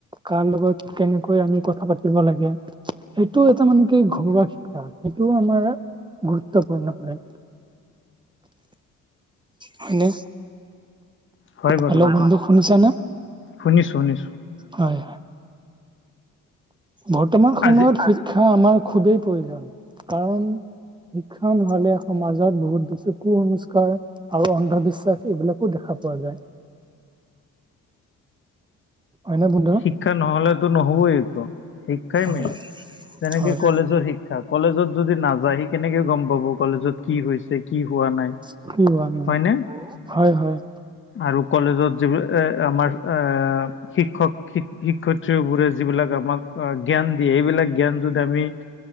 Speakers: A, on the right; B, on the left.
A: কাৰ লগত‌ কেনেকৈ আমি কথা পাতিব লাগে সেইটো এটা মানে কি ঘৰুৱা শিক্ষা সেইটো আমাৰ গুৰুত্বপূৰ্ণ হয়, হয় নে?
B: হয় বাৰু
A: হেল্ল'
B: কথাটো
A: বন্ধু শুনিছানে?
B: শুনিছো শুনিছো
A: হয়। বৰ্তমান সময়ত
B: আজি
A: শিক্ষা আমাৰ খুবেই প্ৰয়োজন কাৰণ শিক্ষা নহ'লে সমাজত বহুত বেছি কুসংস্কাৰ আৰু অন্ধবিশ্বাস এইবিলাকো দেখা পোৱা যায়। হয়নে বন্ধু?
B: শিক্ষা নহলেতো নহবই একো, শিক্ষাই মেইন।
A: হয়,
B: যেনেকে
A: হয়,
B: কলেজৰ শিক্ষ ক্ষা। কলেজত যদি নাযায় সি কেনেকে গম পাব‌ কলেজত কি হৈছে কি হোৱা নাই?
A: <unintelligible>
B: হয়নে
A: হয় হয়।
B: আৰু কলেজত যিবিল, এ আমাৰ এ শিক্ষক শিক শিক্ষয়িত্ৰীবোৰে যিবিলাক আমাক আ' জ্ঞান দিয়ে, এইবিলাক জ্ঞান যদি আমি